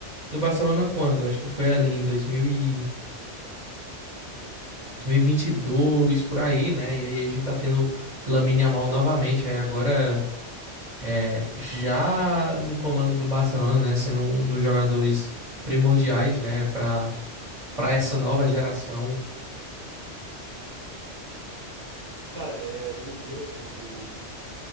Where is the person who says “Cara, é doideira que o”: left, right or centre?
Right